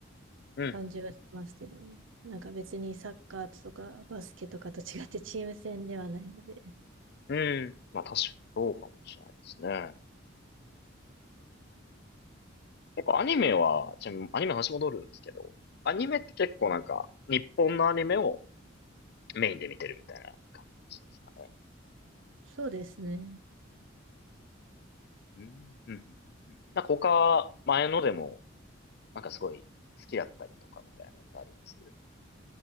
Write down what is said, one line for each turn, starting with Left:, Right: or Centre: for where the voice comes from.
Left: うん。
Right: 感じはしますけどね。なんか別にサッカーとかバスケとかと違ってチーム戦ではないので。
Left: うん。まあ確かにそうかもしれないですね。結構アニメは、ちなみにアニメの話戻るんですけど、アニメって結構なんか、日本のアニメをメインで見てるみたいな感じですかね。
Right: そうですね。
Left: うん。うん。うんうんなんか他、前のでもなんかすごい好きだったりとかみたいなのってあります